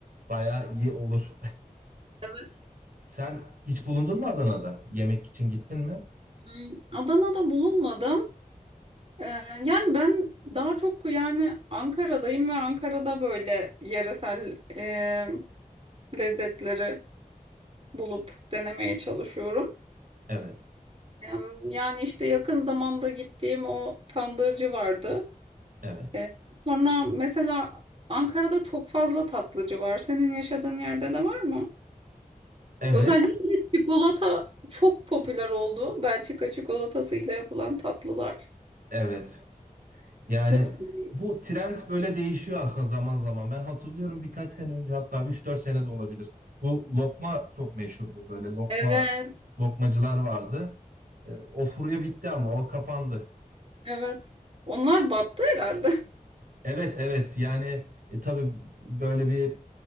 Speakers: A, on the right; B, on the right.
A: bayağı iyi olur.
B: Evet.
A: <laughs> Sen hiç bulundun mu Adana'da? Yemek için gittin mi?
B: Hmm, Adana'da bulunmadım. Ee, yani ben daha çok yani Ankara'dayım ve Ankara'da böyle yeresel e, lezzetleri bulup denemeye çalışıyorum.
A: Evet,
B: Em, Yani işte yakın zamanda gittiğim o tandırcı vardı.
A: evet.
B: E, sonra mesela Ankara'da çok fazla tatlıcı var. Senin yaşadığın yerde de var mı?
A: Evet,
B: Özellikle çikolata çok popüler oldu. Belçika çikolatasıyla yapılan tatlılar.
A: evet. Yani
B: Çok seviyorum.
A: bu trend böyle değişiyor aslında zaman zaman. Ben hatırlıyorum birkaç sene önce hatta üç dört sene de olabilir. Bu lokma çok meşhurdu. Böyle lokma
B: Evet,
A: lokmacılar vardı. E, o furya bitti ama o kapandı.
B: evet. Onlar battı herhalde. <laughs>
A: Evet evet yani e, tabii böyle bir